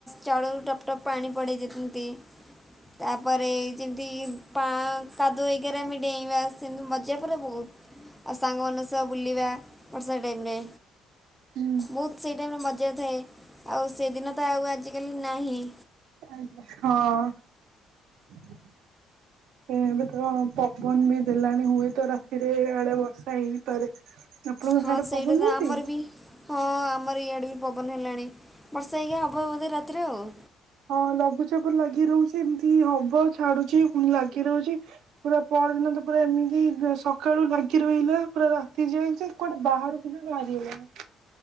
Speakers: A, in the centre; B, on the right.
A: ଚାଳରୁ ଟପ୍ ଟପ୍ ପାଣି ପଡେ ଯେମିତି ତାପରେ ଯେମିତି ପା- କାଦୁଅ ହେଇକାରେ ଆମେ ଡେଇଁବା ସେମିତି ମଜା ପୁରା ବହୁତ୍। ଆଉ ସାଙ୍ଗମାନଙ୍କ ସହ ବୁଲିବା ବର୍ଷା ଟାଇମ୍ ରେ।
B: ହୁଁ।
A: ବହୁତ୍ ସେଇ ଟାଇମ୍ ରେ ମଜା ଥାଏ ଆଉ ସେଦିନ ତ ଆଉ ଆଜିକାଲି ନାହିଁ।
B: ଆଜ୍ଞା -ହଁ। ଏବେ ତ ପବନ୍ ବି ଦେଲାଣି ହୁଏ ତ ରାତିରେ ଇଆଡେ ବଷ୍ ହେଇପାରେ -ଆପଣଙ୍କ
A: ହଁ
B: ସାଡେ
A: ସେଇଟା
B: ପବନ୍
A: ତ
B: ହଉଚି?
A: ଆମର ବି ହଁ ଆମର ଇଆଡ଼େ ବି ପବନ୍ ହେଲାଣି ବର୍ଷା <unintelligible> ବୋଧେ ରାତିରେ ଆଉ।
B: ହଁ ଲଘୁଚାପ ଲାଗି ରହୁଚି ଏମିତି ହବ ଛାଡୁଚି ପୁଣି ଲାଗି ରହୁଚି। ପୁରା ପରଦିନ ତ ପୁରା ଏମିତି ସକାଳୁ ଲାଗି ରହିଲା ପୁରା ରାତି ଯାଏ ଯେ କୁଆଡେ ବାହାରକୁ ବାହାରି ହେଲାନି।